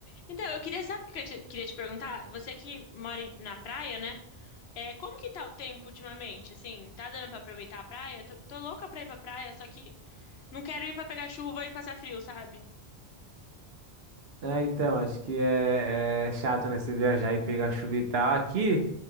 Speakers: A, on the left; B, on the right.
A: Então, eu queria, sabe o que eu te- queria te perguntar? Você que mora em- na praia, né? É, como que tá o tempo ultimamente? Assim, tá dando pra aproveitar a praia? Tô, tô louca pra ir pra praia, só que não quero ir pra pegar chuva e passar frio, sabe?
B: É, então, acho que é, é chato, né? Você viajar e pegar chuva e tal. Aqui,